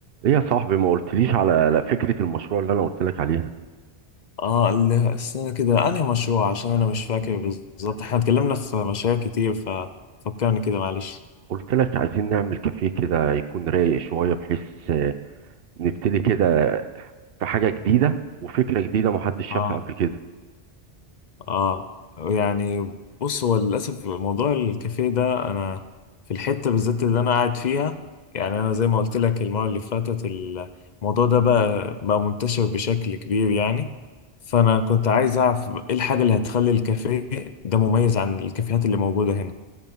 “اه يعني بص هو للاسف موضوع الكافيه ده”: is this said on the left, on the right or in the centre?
Left